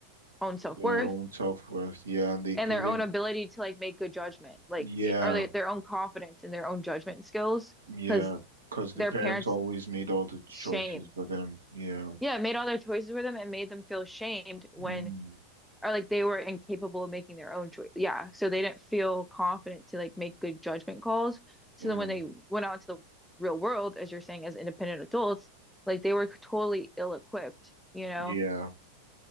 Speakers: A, in the centre; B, on the right.
A: own self-worth
B: their own self-worth. Yeah, and they
A: and
B: couldn't.
A: their own ability to like make good judgment, like
B: Yeah,
A: eh, or like, their own confidence and their own judgment skills
B: yeah,
A: because
B: because the
A: their
B: parents
A: parents
B: always made all the choices
A: shame.
B: for them. Yeah.
A: Yeah, it made all their choices for them and made them feel shamed when
B: Mm,
A: or like they were incapable of making their own choice. Yeah, so they didn't feel confident to like make good judgment calls. So
B: mm,
A: then when they went out to the real world, as you're saying, as independent adults, like they were totally ill-equipped, you know?
B: yeah,